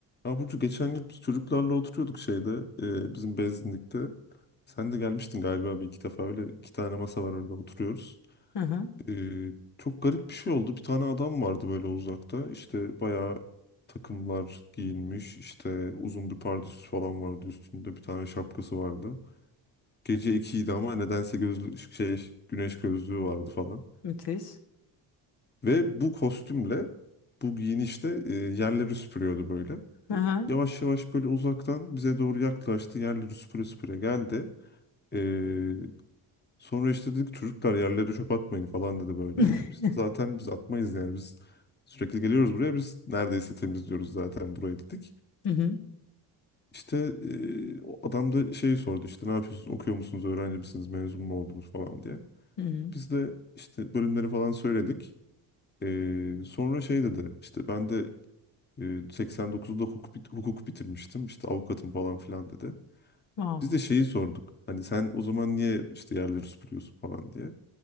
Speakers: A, on the left (about 25°); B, on the left (about 65°).
A: Ya Burcu geçen gün biz çocuklarla oturuyorduk şeyde e, bizim benzinlikte. Sen de gelmiştin galiba bir iki defa öyle iki tane masa var önünde oturuyoruz.
B: Hı hı.
A: E, çok garip bir şey oldu. Bir tane adam vardı böyle uzakta. İşte bayağı takımlar giyinmiş. işte uzun bir pardösü falan vardı üstünde. Bir tane şapkası vardı. Gece ikiydi ama nedense gözlü şey güneş gözlüğü vardı falan.
B: Müthiş.
A: Ve bu kostümle bu giyinişle e, yerleri süpürüyordu böyle.
B: Hı hı.
A: Yavaş yavaş böyle uzaktan bize doğru yaklaştı. Yerleri süpüre süpüre geldi. Ee, sonra işte dedik çocuklar yerlere çöp atmayın falan dedi böyle.
B: <laughs>
A: İşte zaten biz atmayız yani biz sürekli geliyoruz buraya biz neredeyse temizliyoruz zaten burayı dedik.
B: Hı hı.
A: İşte ee, o adam da şeyi sordu işte ne yapıyorsunuz okuyor musunuz öğrenci misiniz mezun mu oldunuz falan diye.
B: Hı hı.
A: Biz de işte bölümleri falan söyledik. Ee, sonra şey dedi işte ben de ee, 89'da hukuk, bit- hukuk bitirmiştim işte avukatım falan filan dedi.
B: Wow.
A: Biz de şeyi sorduk. Hani sen o zaman niye işte yerleri süpürüyorsun falan diye.